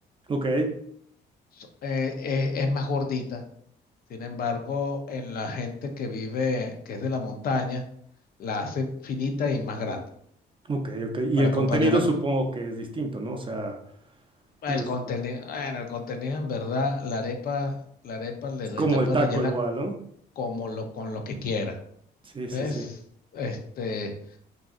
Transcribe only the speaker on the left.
So- eh, eh, es más gordita. Sin embargo, en la gente que vive, que es de la montaña, la hacen finita y más grande
para
acompañarla.
El
contenido, bueno, el contenido en verdad, la arepa, la arepa le
re-
la
puedes
rellenar
como lo, con lo que quiera.
¿Ves?
Este